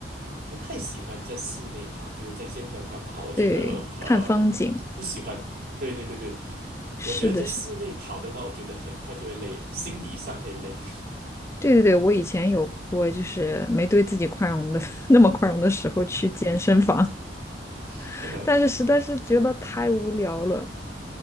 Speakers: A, on the right; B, on the left.
A: 不太喜欢在室内跑，就是在健身房跑，我觉得呃不喜欢。
B: 对，看风景。
A: 对对对对，
B: 是的，
A: 我觉得在室内跑的话，
B: 是的，
A: 我觉得很快就会累了，心理上会累。
B: 对对对，我以前有过，就是没对自己宽容的 <laughs> 那么宽容的时候去健身房，
A: <laughs>
B: <laughs>
A: 呃
B: 但是实在是觉得太无聊了，